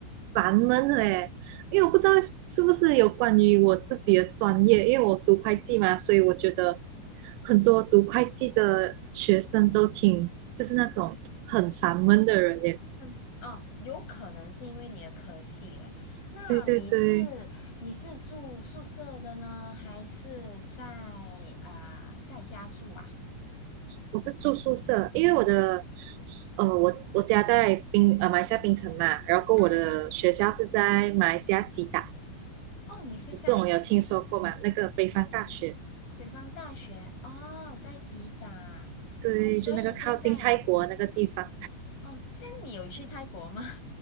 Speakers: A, on the right; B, on the left.
A: 烦闷的诶，因为我不知道是不是有关于我自己的专业，因为我读会计嘛，所以我觉得很多读会计的学生都挺，就是那种很烦闷的人耶。
B: 嗯，哦，有可能是因为你的科系嘞。那你是你是住宿舍的呢，
A: 对对对。
B: 还是在啊、在家住啊？
A: 我是住宿舍，因为我的，呃，我我家在槟呃马来西亚槟城嘛，然后我的学校是在马来西亚吉打，
B: 啊，哦，你是在嗯。
A: 不懂有听说过吗？那个北方大学，
B: 北方大学哦，在吉打哦，
A: 对，
B: 所以现在
A: 就那个靠近泰国那个地方。
B: 哦，这样你有去泰国吗？